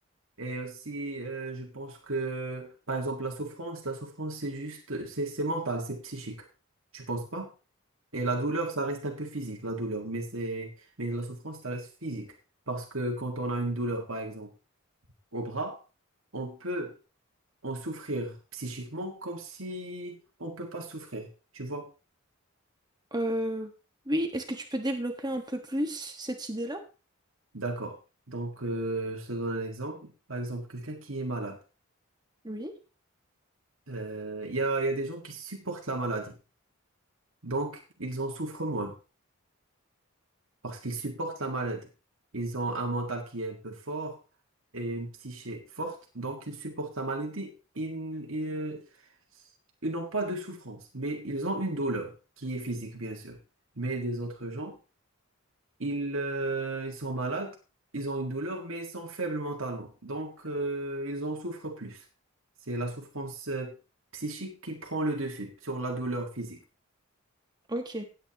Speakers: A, on the right; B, on the right.
A: Et aussi, euh, je pense que, par exemple, la souffrance, la souffrance, c'est juste, c'est, c'est mental, c'est psychique. Tu penses pas? Et la douleur, ça reste un peu physique, la douleur, mais c'est, mais la souffrance, ça reste physique. Parce que quand on a une douleur, par exemple, au bras, on peut en souffrir psychiquement comme si on peut pas souffrir. Tu vois?
B: Euh, oui. Est-ce que tu peux développer un peu plus cette idée-là?
A: D'accord. Donc, euh, je te donne un exemple. Par exemple, quelqu'un qui est malade.
B: Oui.
A: Euh, Il y a, il y a des gens qui supportent la maladie. Donc, ils en souffrent moins parce qu'ils supportent la maladie. Ils ont un mental qui est un peu fort et une psyché forte. Donc, ils supportent la maladie. Ils, ils- ils n'ont pas de souffrance, mais ils ont une douleur qui est physique, bien sûr. Mais des autres gens, Ils, euh, ils sont malades, ils ont une douleur, mais ils sont faibles mentalement. Donc, euh, ils en souffrent plus. C'est la souffrance euh, psychique qui prend le dessus sur la douleur physique.
B: Ok,